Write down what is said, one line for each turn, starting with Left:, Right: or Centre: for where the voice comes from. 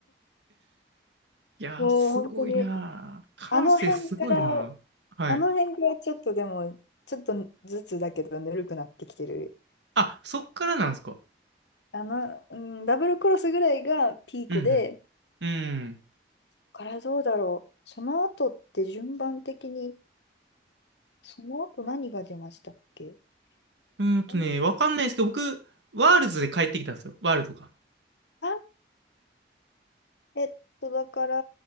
Right: いやー、
Left: もう本当に、
Right: すごいなー。感性すごいなー。
Left: あの辺から、
Right: はい。
Left: あの辺からちょっとでも、ちょっとずつだけど、ぬるくなってきてる。
Right: あ、そっからなんですか。
Left: あの、うん、ダブルクロスぐらいがピークで、
Right: うん
Left: こ
Right: うん。うん。
Left: こからどうだろう。その後って順番的に、その後何が出ましたっけ
Right: うーんとね、
Left: うん
Right: わかんないですけど、僕、ワールズで帰ってきたんですよ。ワールドか。
Left: あ、えっと、だから、